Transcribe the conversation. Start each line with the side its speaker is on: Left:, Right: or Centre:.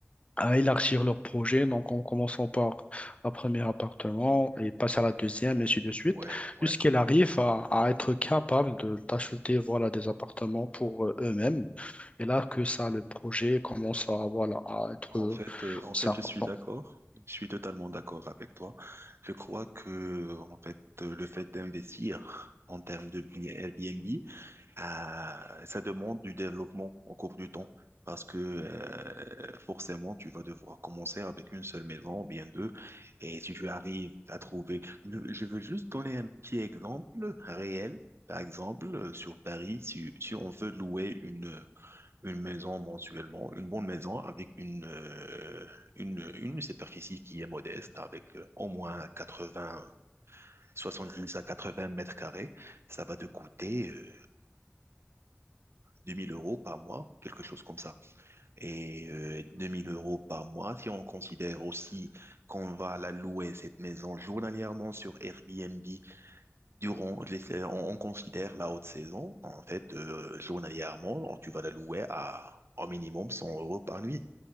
Left: à élargir leur projet. Donc, en commençant par un premier appartement et passent à la deuxième, et ainsi de suite,
Right: Ouais, ouais.
Left: jusqu'ils arrivent à, à être capables de- d'acheter voilà, des appartements pour euh, eux-mêmes. Et là que ça, le projet commence à, voilà, à être
Right: En fait, euh, en
Left: c'est
Right: fait,
Left: important.
Right: je suis d'accord. Je suis totalement d'accord avec toi. Je crois que, en fait, euh, le fait d'investir en termes de bi- Airbnb, euh, ça demande du développement au cours du temps. Parce que euh, forcément, tu vas devoir commencer avec une seule maison, ou bien deux. Et si tu arrives à trouver... Je je veux juste donner un petit exemple réel. Par exemple, euh, sur Paris, si, si on veut louer une une maison mensuellement, une bonne maison avec une, euh, une, une superficie qui est modeste, avec euh, au moins quatre-vingt soixante-dix à 80 mètres carrés, ça va te coûter euh, 2000 euros par mois, quelque chose comme ça. Et euh, 2000 euros par mois, si on considère aussi qu'on va la louer, cette maison, journalièrement sur Airbnb, durant les, sais- on, on considère la haute saison, en fait, euh, journalièrement, tu vas la louer à au minimum 100 euros par nuit.